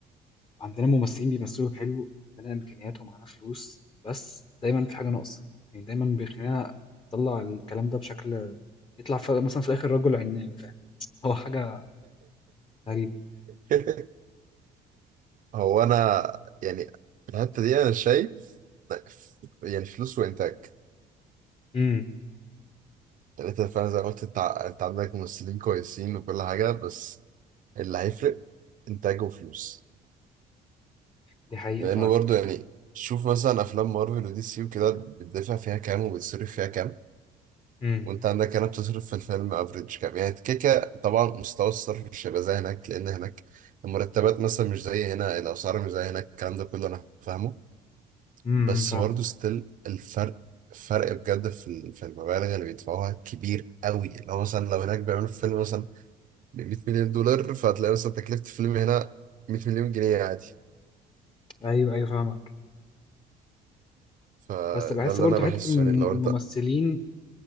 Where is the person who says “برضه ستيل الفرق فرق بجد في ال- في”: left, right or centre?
Right